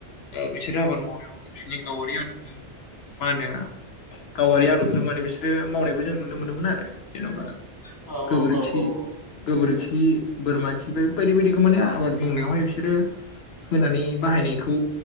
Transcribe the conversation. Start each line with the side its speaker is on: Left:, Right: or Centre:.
Left: बिसोरो आबाद मावनायाव बिसोरनि गावारि आदबजों मा होनो गावआरि आदबजों माने बिसोरो मावनायखौ जों नुनो मोनोमोन आरो जेन'बा।
Right: औ औ
Left: गोबोरखि
Right: औ औ।
Left: गोबोरखि बोरमा खि बे बायदि बायदिखौ माने आबाद मावनायावहाय बिसोरो। होनानै बाहायनायखौ